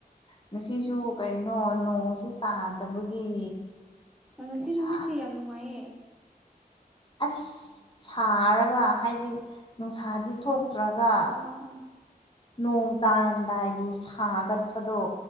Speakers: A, on the left; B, in the centre.
A: ꯉꯁꯤꯁꯨ ꯀꯔꯤꯅꯣ ꯅꯣꯡꯁꯨ ꯇꯥꯗꯕꯒꯤ
B: ꯉꯁꯤ
A: ꯅꯨꯡꯁꯥ
B: ꯅꯨꯃꯤꯠꯁꯦ ꯌꯥꯝ ꯅꯨꯡꯉꯥꯏꯌꯦ
A: ꯑꯁ ꯁꯥꯔꯒ ꯍꯥꯏꯗꯤ ꯅꯨꯡꯁꯥꯗꯤ ꯊꯣꯛ ꯇ꯭ꯔꯒ
B: ꯑꯥ ꯑꯥ ꯑꯥ
A: ꯅꯣꯡ ꯇꯥꯔꯝꯗꯥꯏꯒꯤ ꯁꯥꯒꯠꯄꯗꯣ